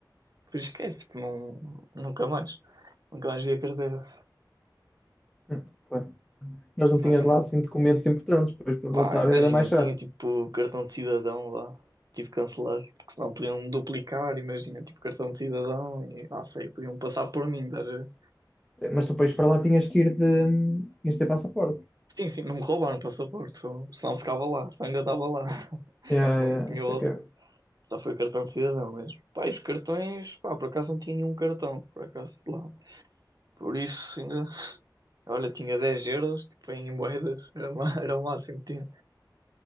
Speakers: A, on the right; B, in the centre.
A: Depois esquece, tipo, não, nunca mais. Nunca mais vi a carteira.
B: Hum, Claro. Nós não tínhamos
A: Pá, é.
B: lá assim documentos importantes, depois para voltar
A: Pá, imagina,
B: era mais chato.
A: tinha tipo cartão de cidadão lá. Tive que cancelar, porque senão podiam duplicar, imagina, tipo cartão de cidadão e não sei, podiam passar por mim, estás a ver?
B: Mas tu país para lá tinhas que ir de. tinhas de ter passaporte.
A: Sim, sim, não me roubaram o passaporte, foi- senão ficava lá, senão ainda estava lá.
B: Yeah,
A: Não
B: yeah,
A: tinha
B: isso
A: outra.
B: é que é,
A: Só foi o cartão de cidadão mesmo. Pá, e os cartões, pá, por acaso não tinha nenhum cartão, por acaso lá. Por isso ainda. <laughs> Olha, tinha 10 euros, tipo, em moedas, era, ma- <laughs> era o máximo que tinha.